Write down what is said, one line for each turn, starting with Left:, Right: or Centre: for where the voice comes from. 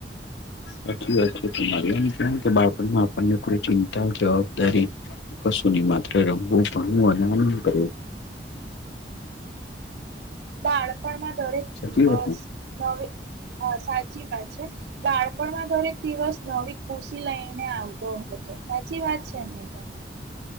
Left: સાચી વાત છે તમારી એમ તેમ બાળપણમાં આપણને કોઈ ચિંતા જવાબદારી કશું નહી માત્ર રમવું ભણવું અને આનંદ કરવું.
Right: બાળપણમાં દરેક
Left: સાચી
Right: દિવસ
Left: વાત ને
Right: નવી હા સાચી વાત છે. બાળપણમાં દરેક દિવસ નવી ખુશી લઈને આવતો હતો. સાચી વાત છે ને તને.